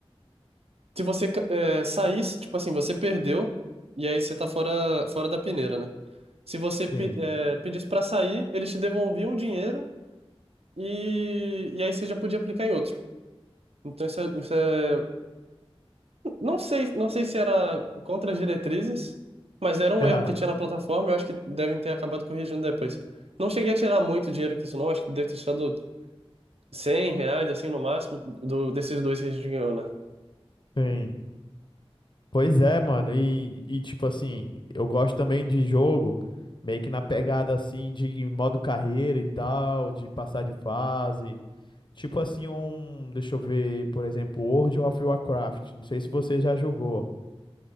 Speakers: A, on the right; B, on the left.
A: Se você ca- é, saísse, tipo assim, você perdeu, e aí você tá fora, fora da peneira, né? Se você pe-
B: Sim.
A: é, pedisse pra sair, eles te devolviam o dinheiro e, e aí você já podia aplicar em outro. Então isso é, isso é- Não sei, não sei se era contra as diretrizes, mas era um
B: <laughs>
A: erro que tinha na plataforma, eu acho que devem ter acabado corrigindo depois. Não cheguei a tirar muito dinheiro com isso, não, acho que deve ter tirado 100 reais, assim, no máximo, do, desses dois que a gente ganhou, né?
B: Sim. Pois é, mano. E, e tipo assim, eu gosto também de jogo, meio que na pegada assim, de modo carreira e tal, de passar de fase Tipo assim, um. Deixa eu ver, por exemplo, World of Warcraft. Não sei se você já jogou.